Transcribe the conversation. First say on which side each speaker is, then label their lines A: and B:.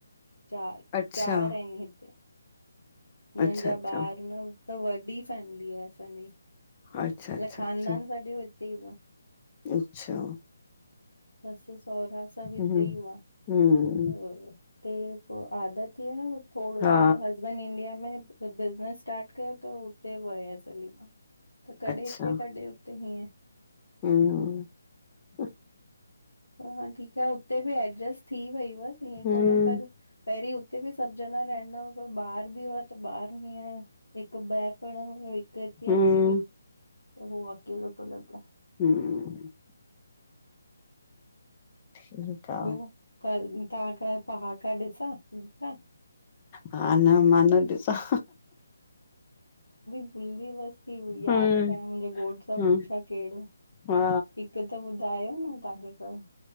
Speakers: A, on the left (about 85°); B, on the left (about 30°).
A: चार
B: अच्छा,
A: चार <unintelligible> हिते हुननि
B: अच्छा,
A: जा
B: अच्छा,
A: ॿार न त, वॾी फैमिली आहे असांजी <unintelligible>
B: अच्छा, अच्छा,
A: ख़ानदान
B: अच्छा,
A: सॼे हुते ई व
B: अच्छा।
A: सस सहुरा सब हितेई
B: हम्म,
A: हुआ
B: हम्म,
A: <unintelligible> ते पो आदत थियो न <unintelligible> थोड़ो
B: हा,
A: मतिलब हसबैंड इंडिया में- <unintelligible> बिज़नस स्टार्ट कयो त हुते वयस हली मां- त कॾहिं
B: अच्छा,
A: हिते, कॾहिं हुते हिय-
B: हम्म <unintelligible>
A: हा ठीक आहे उते बि एडजस्ट- थी वई हुअस ईअं
B: हम्म,
A: कोने पर पहिरीं हुते बि सभ ॼणा रहंदा हुआ ॿार बि हुआ त बार। हियर हिकु बैर प़रण वई हिकु हिते
B: हम्म,
A: अची वई त हो अकेलो तो लगे।
B: हूं ठीकु आ,
A: ॿियो क तव्हांका पहाका ॾिसां -
B: हा न मां न ॾिसा-
A: भुलजी वयस की याद
B: हम्म,
A: कां मुंहिंजे घोट सां
B: हम्म,
A: पुछां कहिड़ेो?
B: हा,
A: हिक त ॿुधायो न तव्हांखे कल।